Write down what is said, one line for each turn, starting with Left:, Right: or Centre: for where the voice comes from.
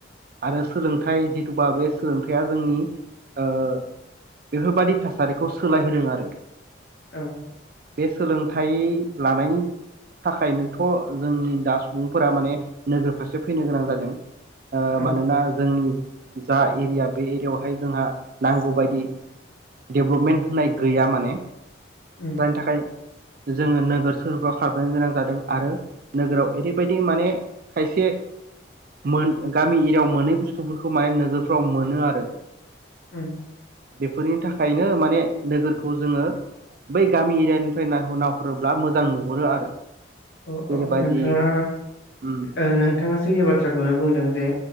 Right: आरो सोलोंथाइ जिथुबा बे सोलोंथाइया जोंनि ओ बेफोरबादि थासारिखौ सोलायहोदों आरो।
Left: औ
Right: बे सोलोंथाइ लानायनि थाखायनोथ जोंनि दा सुबुंफोरा माने नोगोर फारसे फैनो गोनां जादों। ओ
Left: औ
Right: मानोना उम जा एरिया बे एरियायावहाय जोंहा नांगौबायदि डेभलपमेन्ट होननाय गैया माने
Left: उम
Right: जायनि थाखाय जोंङो नोगोर सोरबा खारबोनो गोनां जादों आरो नोगोराव एरैबायदि माने खायसे मोन गामि एरियायाव मोनै बुस थु माने नोगोरफ्राव मोनो आरो।
Left: ओं
Right: बेफोरनि थाखायनो माने नोगोरखौ जोंङो बै गामि एरियानिफाय नायहर-नायहरोब्ला मोजां नुहरो आरो।
Left: औ
Right: जेरैबायदि
Left: औ नोंथाङा
Right: उम
Left: ओ नोंथाङा सैथो बाथ्राखौनो बुंदों जे